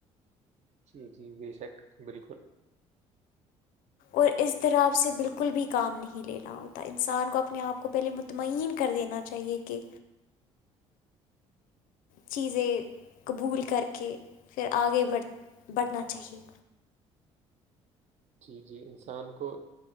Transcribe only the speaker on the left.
اور از طر آپ سے بالکل بھی کام نہیں لینا ہوتا انسان کو اپنے آپ کو پہلے مطمئن کر دینا چاہے کہ چیزیں قبول کر کے پھر آگے بڑھ بڑھنا چاہیے